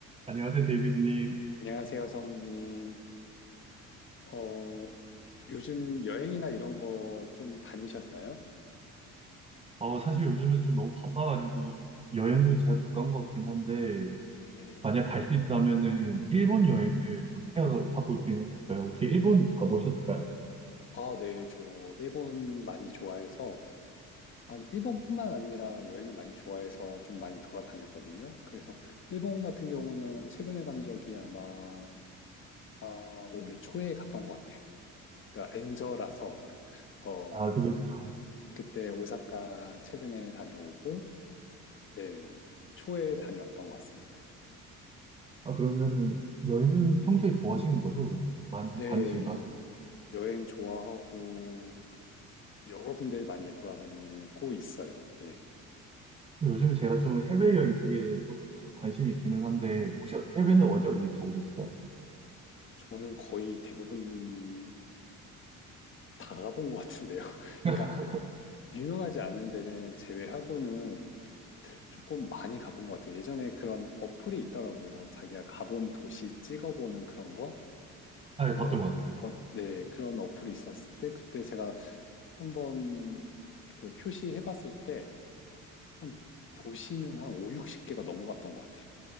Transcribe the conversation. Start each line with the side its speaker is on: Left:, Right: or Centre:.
Right: 안녕하세요, 데이비드님.
Left: 안녕하세요, 성우님. 어, 요즘 여행이나 이런 거 좀 다니셨나요?
Right: 어, 사실 요즘에 좀 너무 바빠가지고 여행을 잘 못 간 것 같긴 한데,
Left: 네.
Right: 만약 갈 수 있다면은 일본 여행을 좀 생각을 하고 있긴 했었어요. 혹시 일본 가보셨을까요?
Left: 아, 네. 저 일본 많이 좋아해서, 아, 일본뿐만 아니라 여행을 많이 좋아해서 좀 많이 돌아다녔거든요. 그래서 일본 같은 경우는 최근에 간 적이 아마, 아, 올해 초에 갔던 것 같아요. 그러니까 엔저라서 더
Right: 아, 그죠, 그죠.
Left: 그때 오사카 최근에 다녀오고, 네. 초에 다녀왔던 것 같습니다.
Right: 아, 그러면은 여행을 평소에 좋아하시는 거죠, 그러면? 많이 좀
Left: 네,
Right: 다니시기도 하시고.
Left: 여행 좋아하고, 여러 군데 많이 돌아다니고 있어요. 예.
Right: 그리고 요즘에 제가 좀 해외여행 쪽에 좀더 관심이 있기는 한데, 혹시 해외는 어디 어디 가보셨을까요?
Left: 저는 거의 대부분 다 가본 것 같은데요. <laughs> 그러니까
Right: <laughs>
Left: 유명하지 않은 데를 제외하고는 조금 많이 가본 것 같아요. 예전에 그런 어플이 있더라고요. 자기가 가본 도시 찍어보는 그런 거?
Right: 아,
Left: 그런,
Right: 예, 봤던 것 같아요.
Left: 버- 네, 그런 어플이 있었을 때 그때 제가 한번 그 표시해봤을 때 한 도시는 한 5, 60개가 넘어갔던 것 같아요.